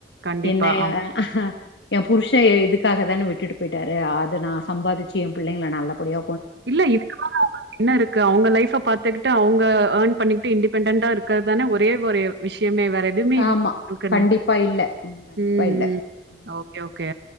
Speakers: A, on the right (about 75°); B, on the left (about 80°).
A: கண்டிப்பா.
B: என்ன <unintelligible>
A: ஆமா.
B: ஏ புருஷன் இதுக்காக தான விட்டுட்டு போயிட்டாரு அத நா சம்பாதிச்சு ஏ புள்ளைங்கள நல்லப்படியா
A: இல்ல இதுக்கு மேல அவுங்களுக்கு என்ன இருக்கு அவங்க லைஃப்ப பாத்துக்கிட்டு அவங்க ஏர்ன் பண்ணிக்கிட்டு இண்டிபெண்டன்ட்டா இருக்கறது தானே ஒரே ஒரு விஷயமே வேற எதுவுமே இல்
B: ஆமா.
A: <unintelligible>
B: கண்டிப்பா இல்ல. கண்டிப்பா
A: ம்
B: இல்ல.
A: ம்
B: ம்.
A: ஓகே ஓகே